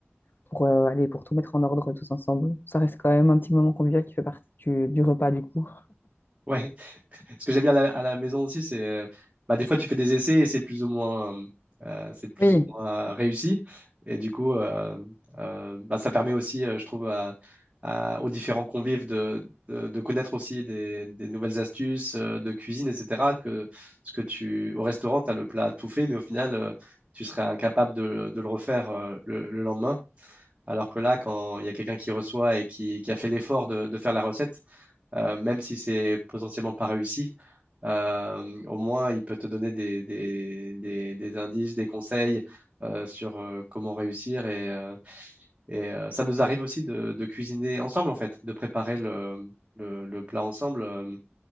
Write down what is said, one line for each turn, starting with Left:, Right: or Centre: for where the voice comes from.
Left: pour euh, aller pour tout mettre en ordre tous ensemble. Ça reste quand même un petit moment convivial qui fait partie du, du repas, du coup.
Right: Ouais. <laughs> Ce que j'aime bien à la, à la maison aussi, c'est, euh, bah, des fois, tu fais des essais et c'est plus ou moins, euh, c'est plus
Left: Oui,
Right: ou moins réussi. Et du coup, euh, euh, bah, ça permet aussi, euh, je trouve, à- à- aux différents convives de, de, de connaître aussi des, des nouvelles astuces euh, de cuisine, etc. Que ce que tu, au restaurant, tu as le plat tout fait, mais au final, euh, tu serais incapable de, de le refaire euh, le le lendemain. Alors que là, quand il y a quelqu'un qui reçoit et qui, qui a fait l'effort de, de faire la recette, euh, même si c'est potentiellement pas réussi, euh, au moins il peut te donner des, des- des- des indices, des conseils euh, sur euh, comment réussir. Et, euh, et, euh, ça nous arrive aussi de, de cuisiner ensemble, en fait, de préparer le, le- le plat ensemble, euh,